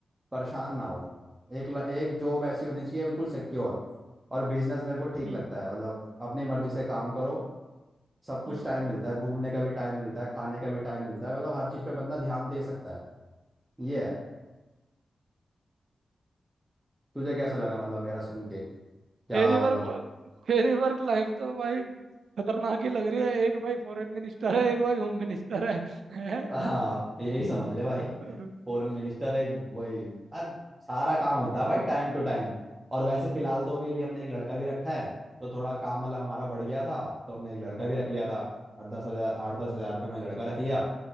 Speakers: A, on the right (about 15°); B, on the right (about 80°).
A: परेशान ना हो एक ल- एक जॉब ऐसी होनी चाहिए बिल्कुल सिक्योर और बिजनेस मेरे को ठीक
B: हम्म
A: लगता है मतलब अपनी मर्जी से काम करो सब कुछ
B: हम्म
A: टाइम मिलता है घूमने का भी टाइम मिलता है खाने का भी टाइम मिलता है मतलब हर चीज़ पे बंदा ध्यान दे सकता है ये है तुझे कैसा लगा मतलब मेरा सुन के क्या
B: मेरी वर्क
A: मतलब
B: मेरी वर्क लाइफ तो भाई खतरनाक ही लग रही है एक भाई फॉरेन मिनिस्टर है एक भाई होम मिनिस्टर है, है?
A: हाँ यही समझ ले भाई
B: हम्म
A: फॉरेन मिनिस्टर एक वही अब सारा काम होता है भाई टाइम टू टाइम और वैसे फिलहाल तो अभी अभी हमने एक लड़का भी रखा है तो थोड़ा काम मतलब हमारा बढ़ गया था तो हमने एक लड़का भी रख लिया था आठ दस हजार आठ दस हजार रुपये में लड़का रख लिया